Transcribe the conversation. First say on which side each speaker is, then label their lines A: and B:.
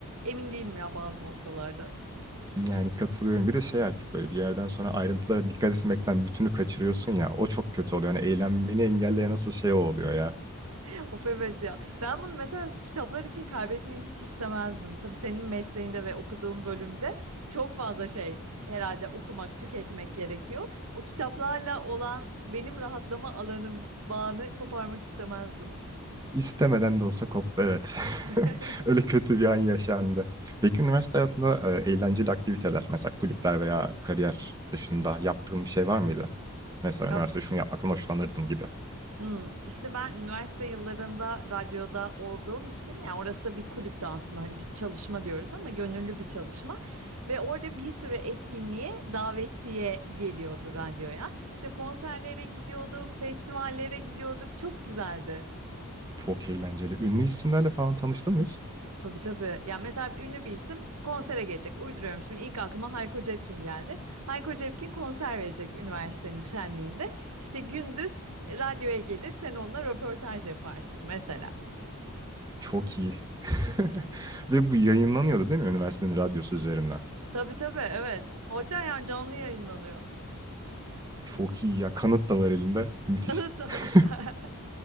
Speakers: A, on the right (about 80°); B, on the right (about 15°).
A: Emin değilim ya bazı noktalarda.
B: Yani katılıyorum. Bir de şey artık böyle bir yerden sonra ayrıntılara dikkat etmekten bütünü kaçırıyorsun ya. O çok kötü oluyor. Yani eğlenmeni engelleyen nasıl şey o oluyor ya.
A: <laughs> Of evet ya. Ben bunu mesela kitaplar için kaybetmeyi hiç istemezdim. Tabii senin mesleğinde ve okuduğun bölümde çok fazla şey herhalde okumak, tüketmek gerekiyor. O kitaplarla olan benim rahatlama alanım, bağını koparmak istemezdim.
B: İstemeden de olsa koptu evet.
A: <laughs>
B: <laughs> Öyle kötü bir an yaşandı. Peki üniversite hayatında e, eğlenceli aktiviteler mesela kulüpler veya kariyer dışında yaptığın bir şey var mıydı? Mesela
A: Ya
B: üniversite şunu yapmaktan hoşlanırdım gibi.
A: Hmm, işte ben üniversite yıllarında radyoda olduğum için yani orası da bir kulüptü aslında hani biz çalışma diyoruz ama gönüllü bir çalışma ve orada bir sürü etkinliğe davetiye geliyordu radyoya. İşte konserlere gidiyorduk, festivallere gidiyorduk çok güzeldi.
B: Çok eğlenceli. Ünlü isimlerle falan tanıştın mı hiç?
A: Tabii tabii ya mesela ünlü bir isim konsere gelecek uyduruyorum şimdi ilk aklıma Hayko Cepkin geldi. Hayko Cepkin konser verecek üniversitenin şenliğinde İşte gündüz radyoya gelir sen onunla röportaj yaparsın mesela.
B: Çok iyi. <laughs> Ve bu yayınlanıyordu değil mi üniversitenin radyosu üzerinden?
A: Tabii tabii evet. Hatta yani canlı yayınlanıyor.
B: Çok iyi ya. Kanıt da var elinde.
A: <laughs>
B: Müthiş.
A: Kanıt da
B: <laughs>
A: var. <laughs>